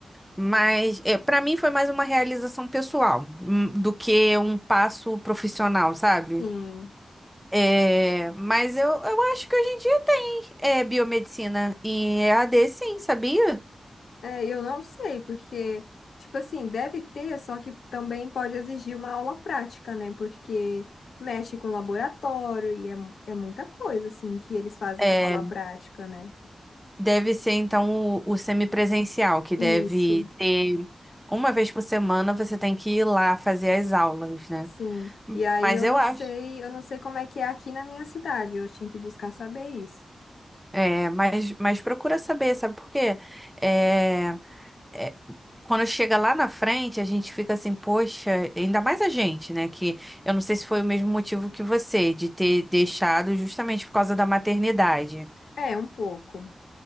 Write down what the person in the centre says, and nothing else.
Mas é, para mim foi mais uma realização pessoal hum, do que um passo profissional, sabe?
É, mas eu, eu acho que hoje em dia tem é, biomedicina em EAD, sim, sabia?
É,
deve ser então o, o semipresencial, que
deve ter uma vez por semana você tem que ir lá fazer as aulas, né?
Mas
eu
acho.
É, mas, mas procura saber, sabe por quê? É, é, quando chega lá na frente, a gente fica assim, poxa, ainda mais a gente, né? Que eu não sei se foi o mesmo motivo que você, de ter deixado justamente por causa da maternidade.